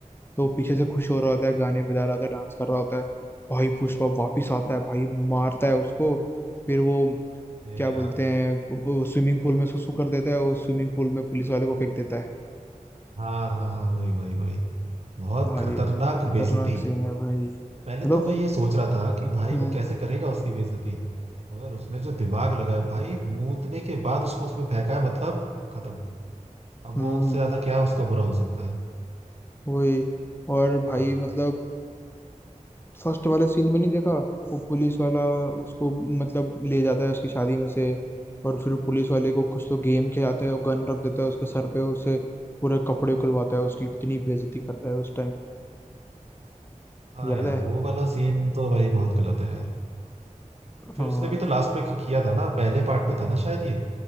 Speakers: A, on the left; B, on the right.
A: तो वो पीछे से खुश हो रहा होता है गाने बजा रहा होता है डांस कर रहा होता है भाई पुष्पा वापिस आता है भाई मारता है उसको फिर वो
B: अरे
A: क्या बोलते
B: यार
A: हैं स्विमिंग पूल में सुसु कर देता है और स्विमिंग पूल में पुलिस वाले को फेंक देता है
B: हाँ हाँ हाँ वही वही वही बहुत
A: भाई
B: खतरनाक
A: खतरनाक
B: बेइज्जती
A: सीन है भाई
B: पहले
A: मतलब
B: तो मैं ये सोच रहा था कि भाई
A: हम्म
B: वो कैसे करेगा उसकी बेइज्जती मगर उसने जो दिमाग लगाया भाई मूतने के बाद उसको उसमें फेंका है मतलब खत्म अब
A: हम्म
B: वो उससे ज्यादा क्या उसका बुरा हो सकता है
A: वही और
B: हाँ
A: भाई मतलब फर्स्ट वाले सीन में नहीं देखा वो पुलिस वाला उसको मतलब ले जाता है उसकी शादी में से और फिर पुलिस वाले को कुछ तो गेम खिलाता है और गन रख देता है उसके सर पे और उससे पूरे कपड़े खुलवाता है उसकी कितनी बेइज्जती करता है उस टाइम
B: हाँ
A: याद
B: यार
A: है
B: वो वाला सीन तो भाई बहुत गलत है यार फिर
A: हाँ
B: उसने भी तो लास्ट में किया था ना पहले पार्ट में था ना शायद ये